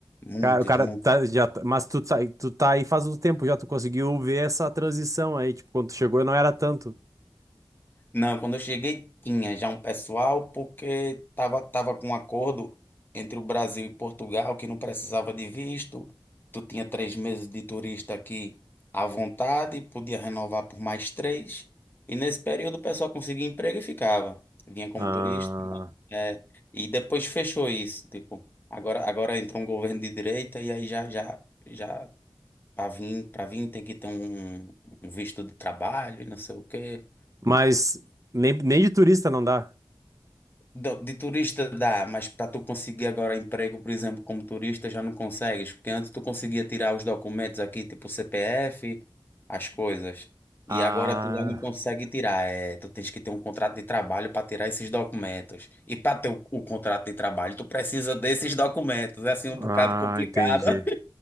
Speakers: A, on the left (about 20°); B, on the right (about 35°).
A: muitos,
B: Cara, o cara
A: muitos.
B: tá, já, tá- mas tu tá, tu tá aí faz um tempo já, tu conseguiu ver essa transição aí, tipo, quando tu chegou não era tanto.
A: Não, quando eu cheguei tinha já um pessoal, porque tava, tava com um acordo entre o Brasil e Portugal que não precisava de visto. Tu tinha três meses de turista aqui à vontade, podia renovar por mais três. E nesse período o pessoal conseguia emprego e ficava. Vinha como
B: Ah,
A: turista. É, e depois fechou isso. Tipo, agora, agora entrou um governo de direita e aí já, já, já para vir, para vir tem que ter um, um visto de trabalho e não sei o quê.
B: mas nem, nem de turista não dá.
A: Do- De turista dá, mas para tu conseguir agora emprego, por exemplo, como turista, já não consegues, porque antes tu conseguia tirar os documentos aqui, tipo CPF, as coisas, e
B: Ah,
A: agora tu já não consegue tirar, é, tu tens que ter um contrato de trabalho para tirar esses documentos. E para ter o, o contrato de trabalho, tu precisa desses documentos, é assim um bocado
B: ah,
A: complicado.
B: entendi.
A: <laughs>